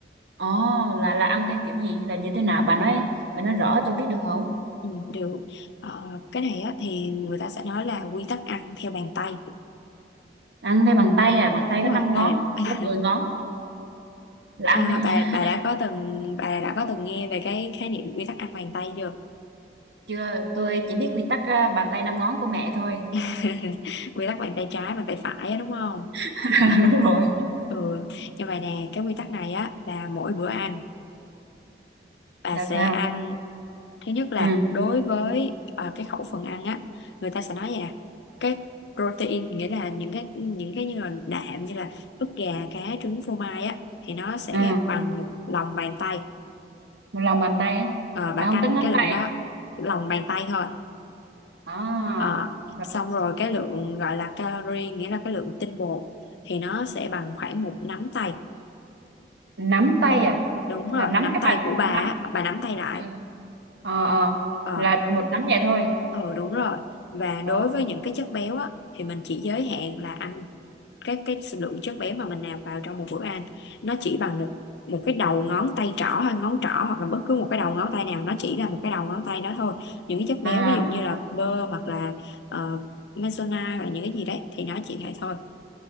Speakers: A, on the right (about 75°); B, on the left (about 80°).
A: ồ là là ăn theo kiểu gì là như thế nào bà nói bà nói rõ tôi biết được không
B: ừ, được Ờ, cái này á, thì người ta sẽ nói là quy tắc ăn theo bàn tay
A: ăn theo bằng tay à bàn tay
B: đúng rồi
A: có 5
B: bà
A: ngón tôi
B: <laughs>
A: có 10 ngón là
B: à,
A: ăn theo nha
B: bà bà
A: <laughs>
B: đã có từng bà đã có từng nghe về cái khái niệm quy tắc ăn bàn tay chưa
A: chưa tôi chỉ biết quy tắc à, bàn tay 5 ngón của mẹ thôi
B: <laughs> quy tắc bàn tay trái bàn tay phải á, đúng không
A: <laughs> đúng rồi
B: ừ như vậy nè cái quy tắc này á là mỗi bữa ăn bà
A: là
B: sẽ
A: sao
B: ăn thứ nhất là
A: ừ
B: đối với ờ, cái khẩu phần ăn á người ta sẽ nói vậy nè cái protein nghĩa là những cái những cái như là đạm như là ức gà cá trứng phô mai á thì nó sẽ
A: ừ
B: bằng một lòng bàn tay
A: một lòng bàn tay á
B: Ờ, bà
A: là không
B: canh
A: tính ngón
B: cái lượng
A: tay
B: đó
A: à?
B: lòng bàn tay thôi
A: à
B: Ờ,
A: là
B: xong rồi cái lượng gọi là calorie nghĩa là cái lượng tinh bột thì nó sẽ bằng khoảng một nắm tay
A: nắm tay à
B: đúng rồi
A: là nắm
B: nắm
A: các
B: tay
A: bạn
B: của
A: nắm
B: bà á, bà nắm tay lại
A: à, ờ ờ,
B: Ờ,
A: là một nắm vậy thôi
B: Ừ đúng rồi và đối
A: ờ
B: với những cái chất béo á thì mình chỉ giới hạn là ăn cái cái lượng chất béo mà mình nạp vào trong một bữa ăn nó chỉ bằng một, một cái đầu ngón tay trỏ hay ngón trỏ hoặc là bất cứ một cái đầu ngón tay nào nó chỉ là một cái đầu ngón tay đó thôi những cái chất béo
A: à
B: ví dụ như là bơ hoặc là uh, maizena hoặc là những cái gì đấy thì nó chỉ vậy thôi